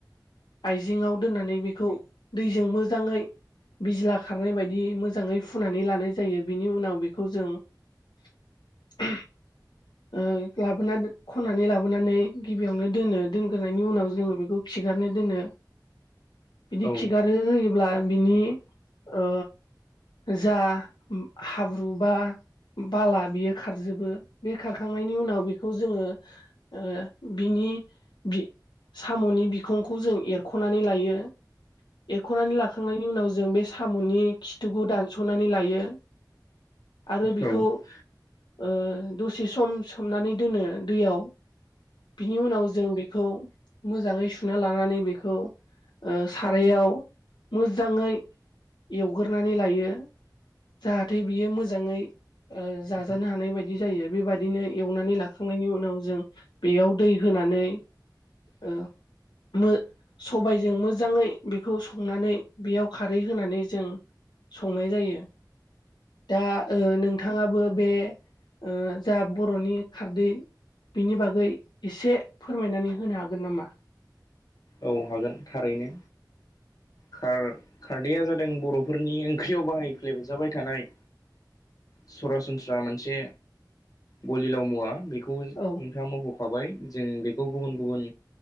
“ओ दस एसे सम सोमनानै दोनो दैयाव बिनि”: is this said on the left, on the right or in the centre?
Left